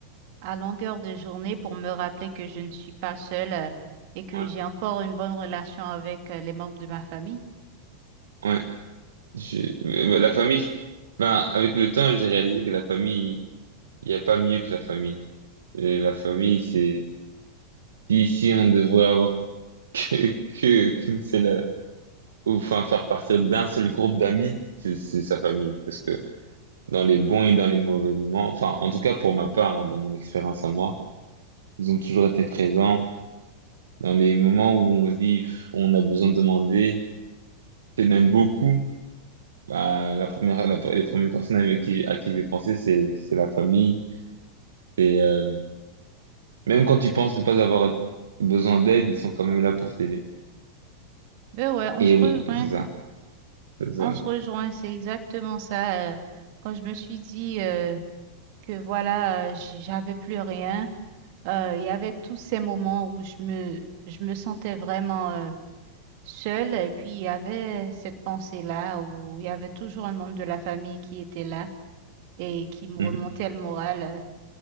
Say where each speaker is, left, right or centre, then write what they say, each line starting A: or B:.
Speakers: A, on the right (about 45°); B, on the right (about 65°).
A: à longueur de journée pour me rappeler que je ne suis pas seule euh, et que
B: ouais,
A: j'ai encore une bonne relation avec euh, les membres de ma famille.
B: ouais. Je- euh, la famille, je- ben avec le temps, j'ai réalisé que la famille, il n'y a pas mieux que la famille. Et la famille, c'est si si on devrait avoir <laughs> que que qu'une seule, ou, enfin faire partir d'un seul groupe d'amis, c'est c'est sa famille parce que dans les bons et dans les mauvais moments. Enfin, en tout cas, pour ma part, hein, dans mon expérience à moi, ils ont toujours été présents dans les moments où on se dit, pff, on a besoin de demander. C'est même beaucoup. Bah, la première, la- les premières personnes avec qui, à qui je vais penser, c'est, c'est la famille. Et euh, même quand tu penses ne pas avoir besoin d'aide, ils sont quand même là pour t'aider.
A: Ben ouais, on
B: Et
A: se
B: euh,
A: rejoint.
B: c'est ça, c'est ça.
A: On se rejoint, c'est exactement ça. euh, quand je me suis dit euh, que voilà, euh, j- j'avais plus rien, euh, il y avait tous ces moments où je me, je me sentais vraiment euh, seule et puis il y avait cette pensée-là où il y avait toujours un membre de la famille qui était là et qui me
B: Mhm.
A: remontait le moral.